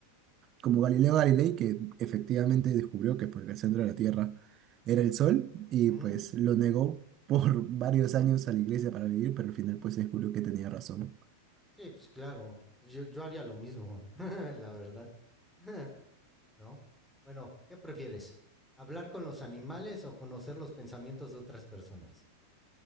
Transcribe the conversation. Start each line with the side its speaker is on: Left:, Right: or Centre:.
Right: como Galileo Galilei, que efectivamente descubrió que pues, el centro de la Tierra era el Sol y
Centre: Ujú.
Right: pues lo negó por <laughs> varios años a la iglesia para vivir, pero al final pues se descubrió que tenía razón.
Centre: Sí, pues claro, yo, yo haría lo mismo, <laughs> la verdad. <laughs> ¿no? Bueno, ¿qué prefieres? ¿Hablar con los animales o conocer los pensamientos de otras personas?